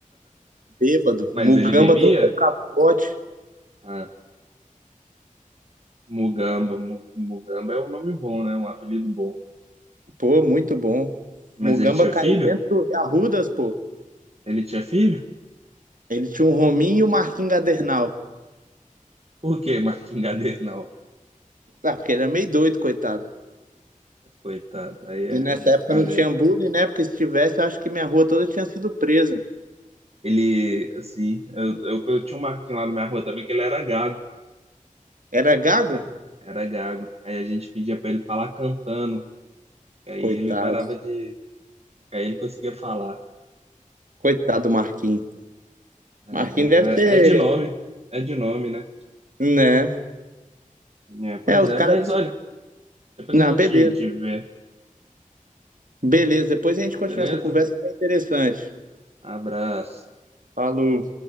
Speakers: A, on the right; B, on the right.
A: Bêbado.
B: Mas
A: Mugamba
B: ele bebia?
A: tomou um capote.
B: Ah, Mugamba, Mu- Mugamba é um nome bom, né? Um apelido bom.
A: Pô, muito bom.
B: Mas
A: Mugamba
B: ele tinha
A: caiu
B: filho?
A: dentro do Arrudas, pô.
B: Ele tinha filho?
A: Ele tinha um Rominho e o Marquinhos Gadernal.
B: Por que Marquingadeira não?
A: Ah, porque ele era meio doido, coitado.
B: Coitado, aí é
A: E nessa
B: brincadeira.
A: época não tinha bullying, né? Porque se tivesse, eu acho que minha rua toda tinha sido presa.
B: Ele, assim, eu, eu, eu tinha um Marquinhos lá na minha rua também, que ele era gago.
A: Era gago?
B: Ah, Era gago. Aí a gente pedia pra ele falar cantando. E Aí
A: Coitado.
B: ele parava de. Aí ele conseguia falar.
A: Coitado do Marquinhos.
B: É,
A: Marquinhos deve ter,
B: é, é de nome. É de nome, né?
A: né?
B: É, pois
A: É, os
B: é,
A: caras.
B: mas olha, depois
A: Não,
B: a gente
A: beleza.
B: te vê,
A: Beleza, depois a gente continua
B: beleza?
A: essa conversa que é interessante.
B: Abraço.
A: Falou.